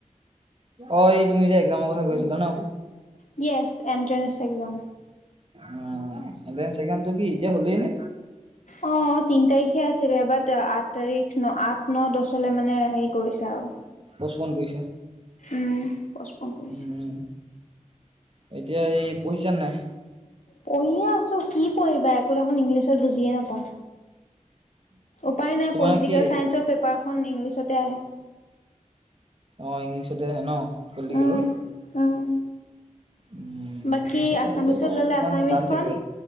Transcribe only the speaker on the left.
য়েছ এণ্ট্ৰেন্স এক্সাম।
অ', তিন তাৰিখে আছিলে বাট আঠ তাৰিখ ন আঠ ন দহ লে মানে হেৰি কৰিছা আৰু।
উম, পচপন কৰিছে।
পঢ়িয়ে আছো কি পঢ়িবা একো দেখোন ইংলিছত বুজিয়ে নাপাওঁ। উপায় নাই
পলিটিকেল
চাইন্ঞ্চৰ পেপাৰখন ইংলিছতে আহে।
উম, উম,
বাকী
আছামিছত
ল'লে
আছামিজখন